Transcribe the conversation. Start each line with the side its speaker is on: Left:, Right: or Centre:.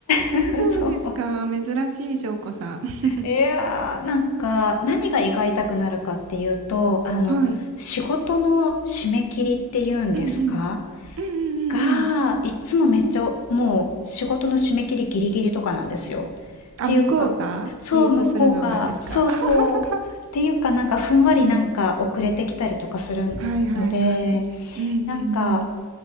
Left: <laughs>
Right: 大丈夫ですか珍しい、
Left: そう。
Right: 翔子さん。<laughs>
Left: いやー、なんか何が胃が痛くなるかっていうと、あの、
Right: はい。
Left: 仕事の締め切りっていうんですか
Right: うんうん。うんうんうんうん。
Left: が、いつもめっちゃ、もう仕事の締め切りギリギリとかなんですよ。
Right: あ、
Left: っていうか、
Right: 向こうが提出するのがですかあはは
Left: そう、向こうが、そうそう。
Right: は
Left: っていうか、なんかふんわりなんか遅れてきたりとかするので、
Right: <laughs> うん。はいはいはい。うんうん
Left: なんか、